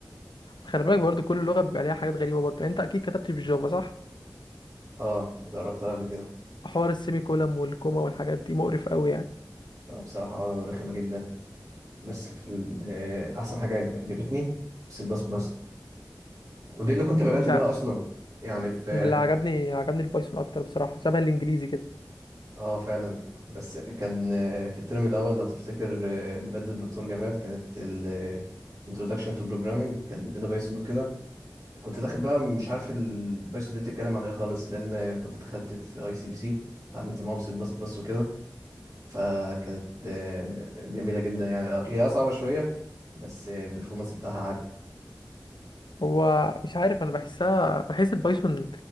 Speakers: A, on the left; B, on the right.
A: خلي بالك برضو كل لغه بيبقى ليها حاجات غريبه برضو يعني انت اكيد كتبت بالجافا صح
B: أه جربتها قبل كده
A: حوار السيمي كولم والكوما والحاجات دي مقرف قوي يعني
B: آه، بصراحة آه، رخمة جدا بس في ال- آه، أحسن حاجة عجبتني سي بلس بلس ودي اللي كنت بدأت
A: مش
B: بيها
A: ع...
B: أصلا يعني في
A: أنا اللي عجبني عجبني البايثون اكتر بصراحه شبه الانجليزي كده
B: اه فعلا بس كان آه، في الترم الاول لو تفتكر آه، ماده الدكتور جمال كانت ال آه، Introduction to Programming كان بيدينا بايثون وكده كنت داخل بقى مش عارف البايثون دي بتتكلم عن ايه خالص لان كنت دخلت في اي سي بي سي اتعلمت معاهم سي بلس بلس وكده فكانت آه، جميله جدا يعني هي آه صعبه شويه بس آه، البرفورمانس بتاعها عالي
A: هو مش عارف انا بحسها بحس البايثون